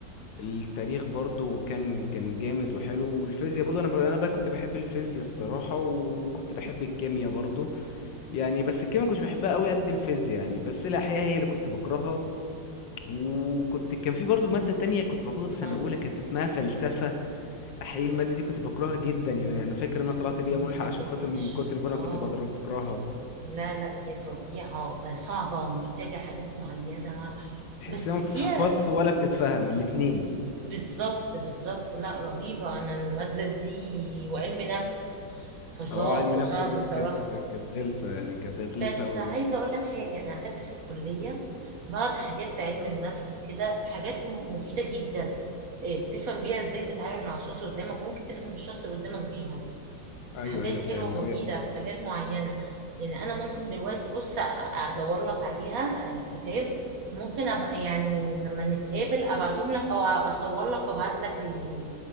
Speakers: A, on the left (about 75°); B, on the right (about 55°).
A: التاريخ برضو كان كان جامد وحلو والفيزياء برضو أنا ب- أنا بقى كنت بحب الفيزياء الصراحة وكنت بحب الكيمياء برضو يعني بس الكيمياء كنتش بحبها قوي قد الفيزياء يعني بس الأحياء هي اللي كنت بكرهها وكنت كان في برضو مادة تانية كنت باخدها في سنة
B: ما
A: أولى كانت اسمها فلسفة حقيقي المادة دي كنت بكرهها جدا يعني أنا فاكر إن أنا طلعت
B: يعني
A: بيها ملحق
B: ما حبيتهاش
A: عشان خاطر من كتر ما أنا
B: اه
A: كنت بتر- بكرهها
B: لا لا هي فظيعة آه، صعبة ومحتاجة حاجات معينة
A: تحسها
B: بس
A: ما
B: فيها
A: بتتحفظش ولا بتتفهم الاتنين
B: بالظبط بالظبط لا رهيبة أنا المادة دي وعلم نفس فظاع
A: أه علم
B: فظاع
A: نفس برضو
B: بصراحة
A: كانت كانت غلسة يعني كانت
B: بس
A: غلسة أوي
B: عايزة
A: بس
B: أقول لك حاجة أنا أخدت في الكلية بعض حاجات في علم النفس وكده حاجات م- مفيدة جدا آه، بتفهم بيها إزاي تتعامل مع الشخص اللي قدامك وممكن تفهم الشخص اللي قدامك بيها
A: أيوه
B: حاجات
A: أيوه
B: حلوة
A: فاهم هو
B: مفيدة حاجات معينة يعني أنا ممكن دلوقتي بص أ- أدور لك عليها الكتاب ممكن أبقى يعني لما نتقابل أبعتهم لك أو أصور لك وأبعت لك ال-